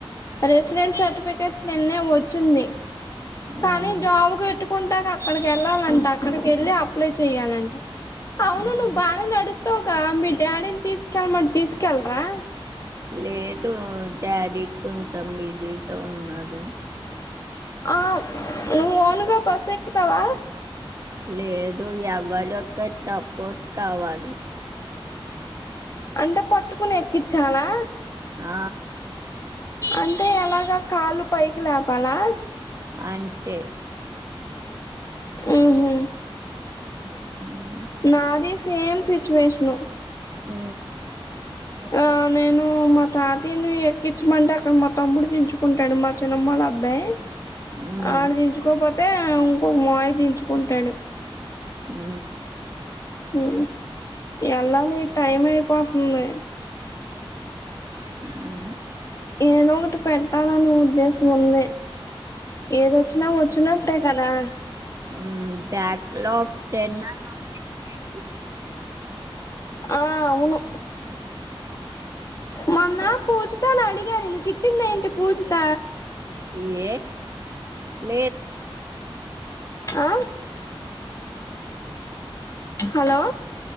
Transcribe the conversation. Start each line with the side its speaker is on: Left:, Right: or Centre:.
Left: రెసిడెంట్ సర్టిఫికెట్ నిన్నే వచ్చింది కానీ
Right: ఉమ్,
Left: జమ్ కేట్ పెట్టుకుంటాగ అక్కడికి వెళ్ళాలంట అక్కడికి వెళ్ళి అప్లై చేయాలంట అవును
Right: ఉమ్.
Left: నువ్వు బాగా నడుతావుగా మీ డాడీని తీసుకెళ్ళ మన్ తీసుకెళ్లరా
Right: లేదు డాడీ కొంచెం బిజీగా ఉన్నాదు
Left: ఆవ్ నువ్ ఓన్ గా బస్సు ఎక్కుతావా
Right: లేదు టు ఎవదొక తపోర్ట్ కావాలి
Left: అంటే పట్టుకుని ఎక్కించాలా
Right: ఆ
Left: అంటే అలాగా కాళ్ళు పైకి లేపాలా
Right: అంటే
Left: ఉహు
Right: ఉహు
Left: నాది సేమ్ సిచువేషన్
Right: ఉ
Left: ఆ నేను మా తాత్ తీను ఎక్కించుమంటే అక్కడ మా తమ్ముడు దించుకుంటాడు మా చిన్నమ్మల అబ్బాయి
Right: ఉమ్,
Left: ఆడ్ దించుకో పోత్ అయితే ఇంకొక మాయి దించుకుంటాడు
Right: ఉ
Left: ఉ ఎలా నే టైం అయిపోతుంది
Right: ఉ
Left: ఏదో ఒకటి పెట్టాలని ఉద్దేశం ఉంది ఏదొచ్చినా వచ్చినట్టే కదా
Right: ఉమ్ బ్యాగ్ లోక్ తేన నొకేటే
Left: ఆ అవును మొన్న పూజితనీ అడిగా నేను తిట్టింది ఏంటి పూజిత
Right: ఇయ్యే నేర్
Left: ఆ హలో